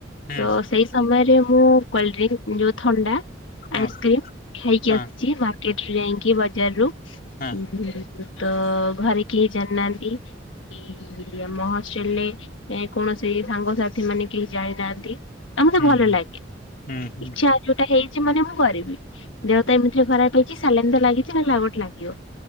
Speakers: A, on the left (about 50°); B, on the left (about 85°).
A: ହୁଁ
B: ତ ସେଇ ସମୟରେ ମୁଁ କୋଲଡ୍ରିଙ୍କ ଯୋଉ ଥଣ୍ଡା।
A: ହଁ
B: ଆଇସ୍କ୍ରିମ୍ ଖାଇକି
A: ହଁ
B: ଆ ମାର୍କେଟରୁ ଯାଇକି ବଜାର ରୁ
A: ହଁ
B: ଉଁ ତ ଘରେ କେହି ଜାଣିନାହାନ୍ତି। ଏଇ ଆମ ହଷ୍ଟେଲରେ। ଏ କୌଣସି ସାଙ୍ଗସାଥି ମାନେ କେହି ଯାଇନାହାନ୍ତି। ଆଉ ମତେ
A: ହୁଁ
B: ଭଲ
A: ହୁଁ।
B: ଲାଗେ
A: ହୁଁ ହୁଁ
B: ଇଚ୍ଛା ଯୋଉଟା ହେଇଛି ମାନେ ମୁଁ କରିବି ଦେହ ତ ଏମିତିରେ ଖରାପ ହେଇଛି ସାଲାଇନ ତ ଲାଗିଛି ହେଲା ଆଉ ଗୋଟେ ଲାଗିବ